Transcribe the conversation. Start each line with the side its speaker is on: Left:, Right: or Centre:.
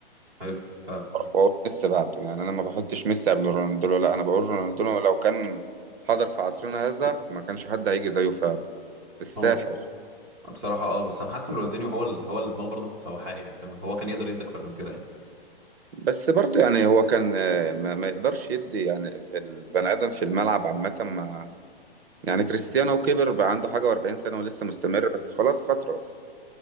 Centre: حلو فعلا
Right: واقول ميسي بعده يعني انا ما بحطش ميسي قبل رونالدينو لا انا بقول رونالدينو لو كان حضر في عصرنا هذا ما كانش حد هيجي زيه فعلا الساحر
Centre: هو بصراحه اه بس انا حاسس ان رونالدينيو هو ال... هو اللي دماغه برضه كانت مسوحاه يعني فاهم هو كان يقدر يدي اكتر من كده يعني
Right: بس برضه يعني هو كان آه، ما, ما يقدرش يدي يعني البني ادم في الملعب عامه ما يعني كريستيانو كبر بقى عنده حاجه و40 سنه ولسه مستمر بس خلاص خطرف